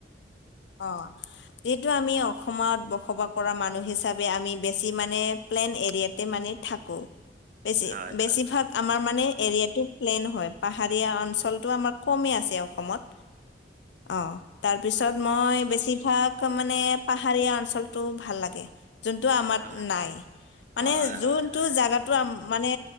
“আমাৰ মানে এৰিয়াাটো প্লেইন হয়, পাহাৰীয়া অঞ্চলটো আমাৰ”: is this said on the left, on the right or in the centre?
Left